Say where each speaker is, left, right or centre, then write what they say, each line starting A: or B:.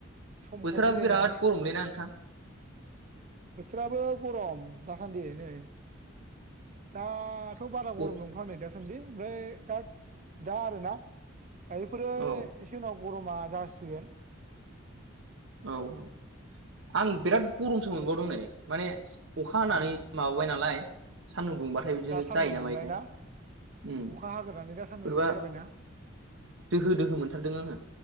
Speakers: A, on the right; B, on the right.
A: समखौ
B: बोथोराबो
A: मिलायनानै
B: बिराद गरमलै ना नोंथां?
A: बोथोराबो गरम दासान्दि नै दा थ' बारा गरम
B: औ
A: नंथाया नै दासान्दि ओमफ्राय दा दा आरोना दायोफोरो एसे
B: औ
A: उनाव गर'मा जासिगोन।
B: औ औ आं बिराद गरमसो मोनबावदों नै माने अखा हानानै
A: ओ
B: माबाबाय नालाय सान्दुं दुंबाथाय बिदिनो
A: दा सान्दुं
B: जायो
A: दुंनाय
B: मायोथाय
A: ना
B: उम
A: अखा हाग्रोनानै दा सान्दुं
B: बोरैबा
A: दुंनाय जाबायना।
B: दोहो दोहो मोनथारदों आङो